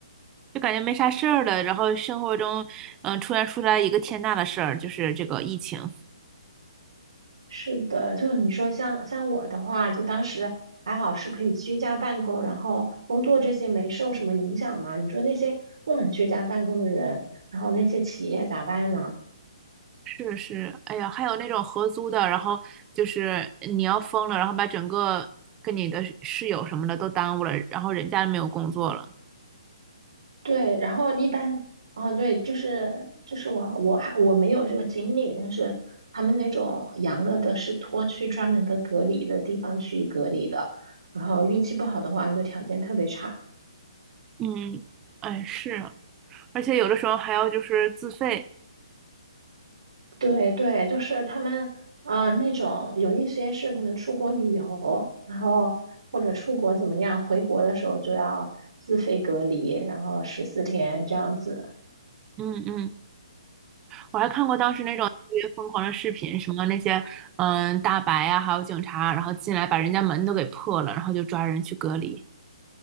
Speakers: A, on the right; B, on the right.
A: 就感觉没啥事儿了，然后生活中嗯突然出来一个天大的事儿，就是这个疫情。
B: 是的，就你说像像我的话，就当时还好是可以居家办公，然后工作这些没受什么影响嘛。你说那些不能居家办公的人，然后那些企业咋办呢？
A: 是是，哎呀，还有那种合租的，然后就是你要疯了，然后把整个跟你的室友什么的都耽误了，然后人家没有工作了。
B: 对，然后一般，哦，对，就是就是我我还我没有这个经历，但是他们那种阳了的是拖去专门的隔离的地方去隔离的，然后运气不好的话就条件特别差。
A: 嗯，哎是，而且有的时候还要就是自费。
B: 对对，就是他们啊、呃那种有一些是可能出国旅游，然后或者出国怎么样，回国的时候就要自费隔离，然后十四天这样子。
A: 嗯嗯，我还看过当时那种特别疯狂的视频，什么那些嗯大白啊，还有警察，然后进来把人家门都给破了，然后就抓人去隔离。